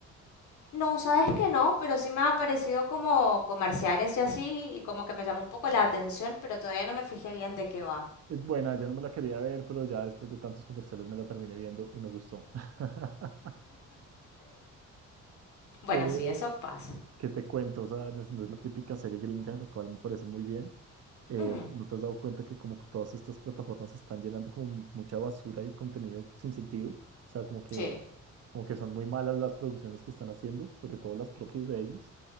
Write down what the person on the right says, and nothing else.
Es buena, yo no me la quería ver, pero ya después de tantos comerciales me la terminé viendo y me gustó. <laughs>
Eh,
¿qué te cuento? O sea, no es, no es la típica serie gringa, lo cual me parece muy bien. Eh,
¿no no te has dado cuenta que como que todas estas plataformas están llenando como mucha basura y contenido sin sentido? O sea, como que,
como que son muy malas las producciones que están haciendo, sobre todo las propias de ellos